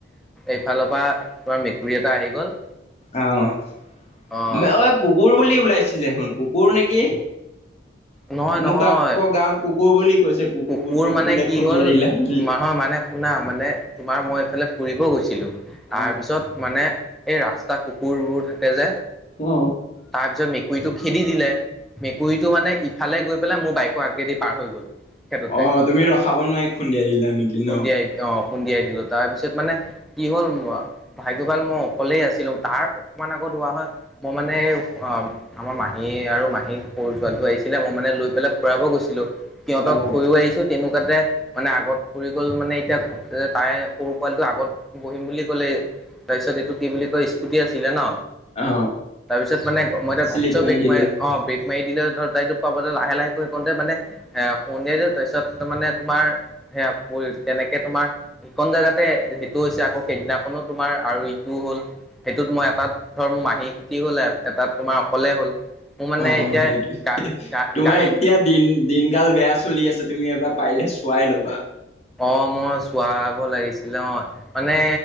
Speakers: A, in the centre; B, on the left.
A: এইফালৰ পৰা তোমাৰ মেকুৰী এটা আহি গ'ল
B: আহ
A: অঁ
B: অ কুকুৰ বুলি ওলাইছিলে দেখোন কুকুৰ নেকি
A: নহয় নহয়
B: মোক আকৌ গাঁৱত কুকুৰ বুলি কৈছে কুকুৰটোক
A: কুকুৰ মানে
B: বোলে
A: কি
B: খুন্দিয়াই
A: হ'ল
B: দিলা বুলি।
A: মাহৰ মানে শুনা মানে তোমাৰ মই এইফালে ফুৰিব গৈছিলোঁ তাৰপিছত
B: অ।
A: মানে এই ৰাস্তা কুকুৰবোৰ থাকে যে
B: অ
A: তাৰ পিছত মেকুৰী মেকুুৰীটো খেদি দিলে মেকুৰীটো মানে ইফালে গৈ পেলাই মোৰ বাইকৰ আগ্ৰেদি পাৰ হৈ গ'ল সেটোতে
B: অ তুমি ৰখাব নোৱাৰি খুন্দিয়াই দিলা নেকি
A: খুন্দিয়াই
B: ন?
A: অ খুন্দিয়াই দিলো তাৰপিছত মানে কি হ'ল ভাগ্য ভাল মই অকলেই আছিলো তাৰ অকমান আগত হোৱা হয় মই মানে মানে অ আমাৰ মাহী আৰু মাহী সৰু যোৱাটো আহিছিলে মই মানে লৈ পেলাই ফুৰাব গৈছিলো সিহঁতক
B: অ।
A: থৈয়োও আহিছো তেনেকা তাতে মানে আগত ফুৰি গ'ল মানে এতিয়া ঘ তাই সৰু পোৱালিটো আগত বহিম বুলি ক'লে তাৰপিছত এইটো কি বুলি কয় স্কুটি আছিলে ন
B: অ
A: তাৰপিছত মানে মই এতিয়া
B: শ্লিপ
A: ভচ
B: মাৰি
A: বেক
B: দিলে
A: মই অ বে মাৰি দিলে ধৰ তাইতোক পাবতে লাহে লাহে কৰি কওঁতে মানে তাৰপিছত তাৰ মানে তোমাৰ সেয়া তেনেকে তোমাৰ সিকন জেগাতে সেইটো আকৌ সেইদিনাখনো তোমাৰ আৰু ইটোও হ'ল সেইটোত মই এটাত ধৰ মোৰ মাহী খুটি হ'ল এটাত তোমাৰ অকলে হ'ল মোৰ মানে
B: অ
A: এতিয়া
B: সেইটোে
A: গা গা
B: তোমাৰ
A: গাড়ী
B: এতিয়া দিন দিনকাল বেয়া চলি আছে তুমি এবাৰ পাৰিলে চোৱাই ল'বা
A: অ মই চোৱাব লাগিছিলে অ মানে